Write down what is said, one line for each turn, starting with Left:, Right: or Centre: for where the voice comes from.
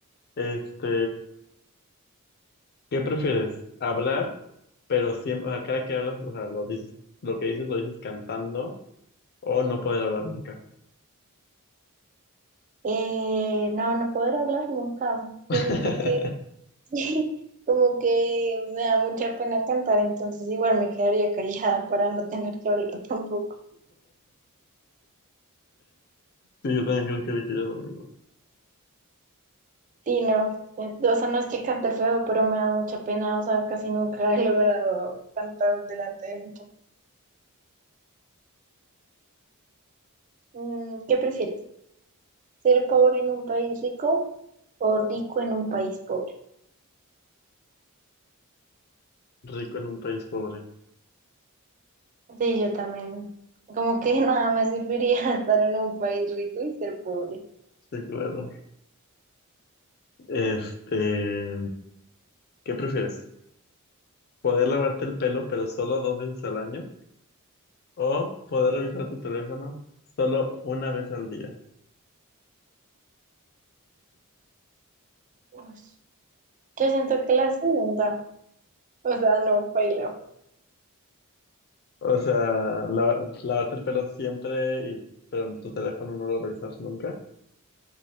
Left: Este, ¿qué prefieres? ¿Hablar, pero siempre, o sea, cada que hablas, o sea, lo dices, lo que dices lo dices cantando, o no poder hablar nunca?
Right: Eh, no, no poder hablar nunca.
Left: <laughs>
Right: Yo siento que <laughs> sí, como que me da mucha pena cantar, entonces igual me quedaría callada para no tener que hablar tampoco.
Left: Sí, yo también creo que elegiría lo mismo.
Right: Sí, no, eh, o sea, no es que cante feo, pero me da mucha pena, o sea, casi nunca <laughs> he logrado cantar delante de mucha. Mm, ¿qué prefieres? ¿Ser pobre en un país rico o rico en un país pobre?
Left: Rico en un país pobre.
Right: Sí, yo también. Como que <laughs> nada me serviría <laughs> estar en un país rico y ser pobre.
Left: Sí, claro. Este, ¿Qué prefieres? ¿Poder lavarte el pelo, pero solo dos veces al año? ¿O poder revisar tu teléfono solo una vez al día?
Right: Uy. Yo siento que la segunda, o sea, no bailo.
Left: O sea, la- lavarte el pelo siempre, y, pero en tu teléfono no lo revisas nunca.